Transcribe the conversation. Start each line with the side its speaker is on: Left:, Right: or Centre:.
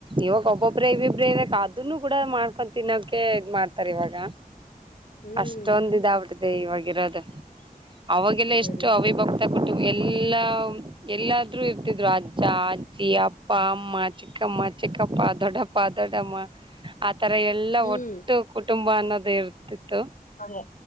Right: ಇವಾಗ ಒಬ್ಬೊಬ್ರ ಇಬ್ಬಿಬ್ಬ್ರೆ ಇರಕ್ ಅದನ್ನು ಕೂಡ ಮಾಡ್ಕೊ ತಿನ್ನೋಕೆ ಇದ ಮಾಡ್ತಾರ ಇವಾಗ.
Left: ಹ್ಮ್
Right: ಅಷ್ಟೊಂದ ಇದ ಆಗ್ಬಿಟ್ಟಿದೆ ಇವಾಗಿರೋದ ಅವಾಗೆಲ್ಲ
Left: ಅದೇ
Right: ಎಷ್ಟು
Left: ರೀ
Right: ಅವಿ ಬ ಕೂಟು ಎಲ್ಲ ಎಲ್ಲಾದ್ರೂ ಇರ್ತಿದ್ರು ಅಜ್ಜ ಅಜ್ಜಿ ಅಪ್ಪ ಅಮ್ಮ ಚಿಕ್ಕಮ್ಮ ಚಿಕ್ಕಪ್ಪ ದೊಡ್ಡಪ್ಪ ದೊಡ್ಡಮ್ಮ ಆತರ ಎಲ್ಲಾ
Left: ಹ್ಮ್
Right: ಒಟ್ಟು ಕುಟ್ ಬಾ ಅನ್ನೋದ ಇರ್ತಿತ್ತು.
Left: ಹಾಗೆ